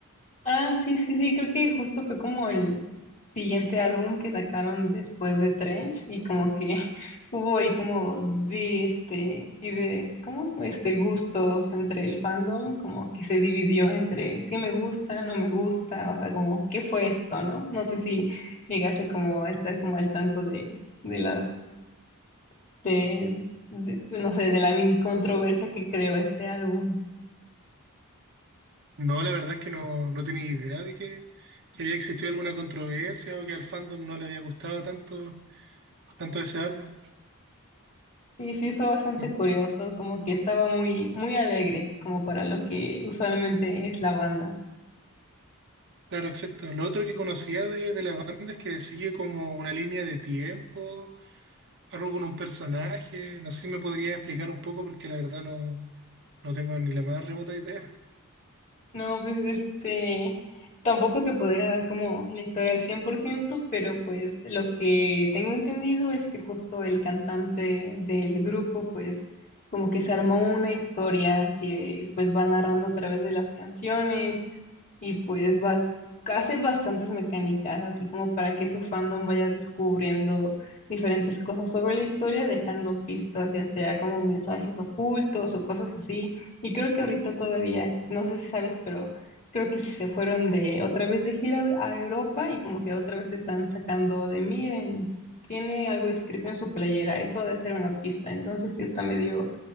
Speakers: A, on the left; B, on the right.
A: Ah, sí, sí, sí, creo que justo fue como el siguiente álbum que sacaron después de Trench y como que <laughs> hubo ahí como de este y de ¿cómo? Este gustos entre el fandom, como que se dividió entre sí me gusta, no me gusta, o sea, como ¿qué fue esto, no? No sé si llegase como a estar como al tanto de de las de, de- no sé, de la mini controversia que creó este álbum.
B: No, la verdad es que no, no tenía idea de que, que había existido alguna controversia o que al fandom no le había gustado tanto, tanto ese álbum.
A: Sí, sí, fue bastante
B: No,
A: curioso, como que estaba muy, muy alegre, como para lo que usualmente es la banda.
B: Claro, exacto. Lo otro que conocía de, de la banda es que sigue como una línea de tiempo algo con un personaje. No sé si me podría explicar un poco porque la verdad no, no tengo ni la más remota idea.
A: No, pues este, tampoco te podría dar como la historia al cien por ciento pero pues lo que tengo entendido es que justo el cantante del grupo pues como que se armó una historia que pues va narrando a través de las canciones y pues va, hace bastantes mecánicas, así como para que su fandom vaya descubriendo diferentes cosas sobre la historia, dejando pistas, ya sea como mensajes ocultos o cosas así. Y creo que ahorita todavía, no sé si sabes, pero creo que se fueron de otra vez de gira a Europa y como que otra vez están sacando de miren, tiene algo escrito en su playera, eso de ser una pista. Entonces sí está medio